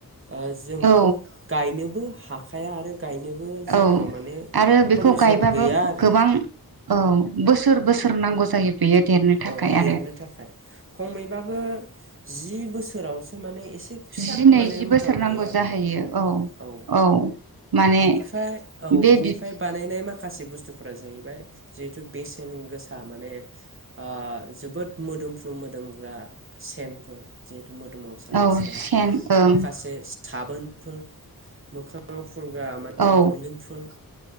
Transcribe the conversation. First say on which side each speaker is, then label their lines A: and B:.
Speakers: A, on the right (about 35°); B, on the right (about 75°).
A: ओ जों
B: औ
A: बेखौ गायनोबो हाखाया आरो गायनोबो जोंनाव।
B: औ
A: माने
B: आरो
A: पारमिसन
B: बेखौ गायबाबो
A: गैया आरो
B: गोबां औ बोसोर बोसोर नांगौ जायो। बेयो देरनो थाखाय
A: औ देरनो
B: आरो।
A: थाखाय। खमैबाबो जि बोसोरावसो माने एसे। एसे फिसा
B: जि नैजि
A: माने
B: बोसोर
A: महर
B: नांगौ
A: लायो आरोना
B: जाहैयो
A: औ।
B: औ माने
A: बेनिफ्राय औ
B: बे
A: बेनिफ्राय
B: बि
A: बानायनाय माखासे बुस्थुफोरा जाहैबाय जिहेथु बेसेन गोसा माने ओ जोबोद मोदोमफ्रु मोदोमग्रा सेनफोर जिहेथु मोदोमाव सारग्रा
B: औ
A: सेन
B: ओं
A: माखासे साबोनफोर मोखाङाव फुनग्रा माने
B: औ
A: बरलिंफोर